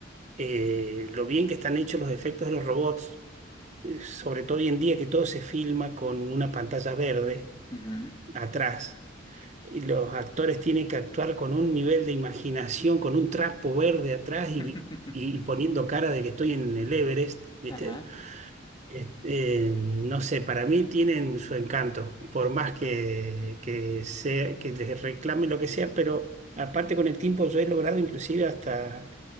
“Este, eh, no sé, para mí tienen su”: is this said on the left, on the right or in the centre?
Right